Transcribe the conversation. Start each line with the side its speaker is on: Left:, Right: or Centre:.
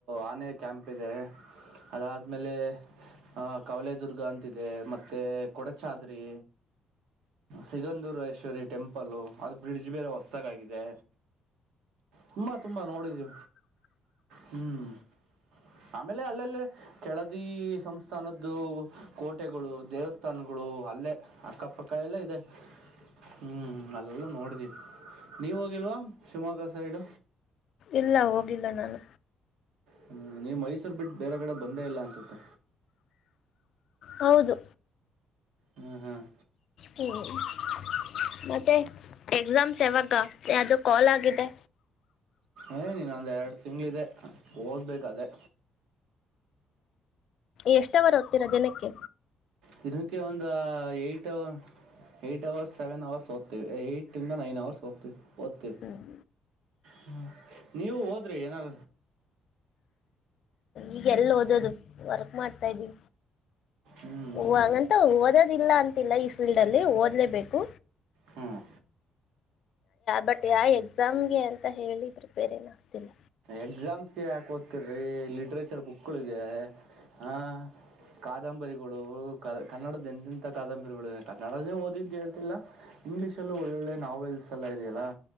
Right: ಆನೆ ಕ್ಯಾಂಪ್ ಇದೆ. ಅದಾದ್ಮೇಲೆ ಅ ಕವಲೆದುರ್ಗ ಅಂತಿದೆ ಮತ್ತೆ ಕೊಡ, ಅರಿ ಸಿಗಂಧೂರೇಶ್ವರಿ ಟೆಂಪಲ್ಲ ಅದು ಬ್ರಿಡ್ಜ್ ಬೇರೆ ಹೊಸತಾಗಾಗಿದೆ. ತುಂಬಾ ತುಂಬಾ ನೋಡಿದಿವಿ ಹ್ಮ್ ಆಮೇಲೆ ಅಲ್ಲೆಲ್ಲ, ಕೆಳದಿ ಸಂಸ್ಥಾನದ್ದು ಕೋಟೆಗಳು ದೇವಸ್ಥಾನ ಗಳು ಅಲ್ಲೇ ಅಕ್ಕಪಕ್ಕ ಎಲ್ಲ ಇದೆ. ಹ್ಮ್ ಅಲ್ಲಲ್ಲ ನೋಡ್ದಿ ನೀವ ಹೋಗಿಲ್ವಾ ಶಿವಮೊಗ್ಗ ಸೈಡ್,
Left: ಇಲ್ಲ ಹೋಗಿಲ್ಲ ನಾನು
Right: ಹ್ಮ ನೀವು ಮೈಸೂರ್ ಬಿಟ್ಟು ಬೇರೆ ಕಡೆ ಬಂದೇ ಇಲ್ಲ ಅನ್ಸುತ್ತೆ
Left: ಹೌದು
Right: ಹ್ಮ್ ಹ್ಮ್
Left: ಹ್ಮ ಮತ್ತೆ ಎಕ್ಸಾಮ್ಸ್ ಯಾವಾಗ ಯಾವುದು ಕಾಲ್ ಆಗಿದೆ
Right: ಏ ನೀನ್ನೊಂದು ಎರಡು ತಿಂಗಳಿದೆ ಓದ್ಬೇಕು ಅದೇ
Left: ಎಷ್ಟವರ ಓದ್ತೀರಾ ದಿನಕ್ಕೆ,
Right: ದಿನಕ್ಕೆ ಒಂದು ಏಟ್ ಅ ಏಟ್ ಹ ಅವರ್ಸ್ ಸೆವೆನ್ ಅವರ್ಸ್ ಓದ್ತೀವಿ ಏಟ್ಂದ ನೈನ್ ಅವರ್ ಓದ್ತೀವಿ ಓದ್ತೀವಿ,
Left: ಹ್ಮ್
Right: ಹ ನೀವು ಹೋದ್ರಿ ಏನಾರ,
Left: ಈಗೆ ಎಲ್ಲ ಓದೋದು ವರ್ಕ್ ಮಾಡ್ತಾ ಇದ್ದೀ
Right: ಹ್ಞೂ
Left: ಹೂಂಗಂತ, ಓದೋದಿಲ್ಲ ಅಂತಿಲ್ಲ ಈ ಫೀಲ್ಡ್ ಅಲ್ಲಿ ಓದ್ಲೇಬೇಕು.
Right: ಹ್ಮ್
Left: ಬಟ್ ಯಾವ ಎಕ್ಸಾಮ್ಗೆ ಅಂತ ಹೇಳಿ ಪ್ರಿಪೇರ್ ಏನುಾಗಗ್ತಿಲ್ಲ.
Right: ಎಕ್ಸಾಮ್ಸ್ಗೆ ಯಾಕೆ ಓದ್ತಿರೀ ಲಿಟ್ರೇಚರ್ ಬುಕ್ಗಳಿದೆ ಹಾ, ಕಾದಂಬರಿಗಳು ಕ ಕನ್ನಡದ ಎಂತಂಥ ಕಾದಂಬರಿಗಳು ಕನ್ನಡನೇ ಓದಿ ಅಂತ ಹೇಳ್ತಿಲ್ಲ. ಇಂಗ್ಲಿಷ್ಲ್ ಒಳ್ಳೊಳ್ಳೆ ನಾವೆಲ್ಸ್ ಎಲ್ಲ ಇದೆಯಲ್ಲಾ